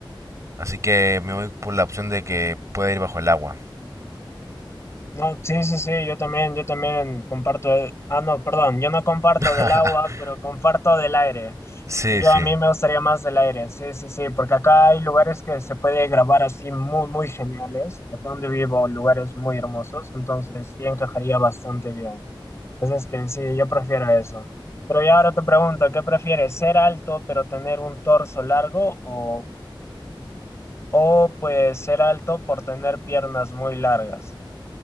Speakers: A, on the right; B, on the left.
A: Así que me voy por la opción de que pueda ir bajo el agua.
B: No, sí, sí, sí, yo también, yo también comparto, el- ah, no, perdón, yo no comparto
A: <laughs>
B: del agua, pero comparto del aire.
A: Sí,
B: Yo
A: sí.
B: a mí me gustaría más del aire, sí, sí, sí, porque acá hay lugares que se puede grabar así muy, muy geniales, acá donde vivo, lugares muy hermosos, entonces sí encajaría bastante bien. Entonces que sí, yo prefiero eso. Pero ya ahora te pregunto, ¿qué prefieres? ¿Ser alto pero tener un torso largo o, o pues ser alto por tener piernas muy largas?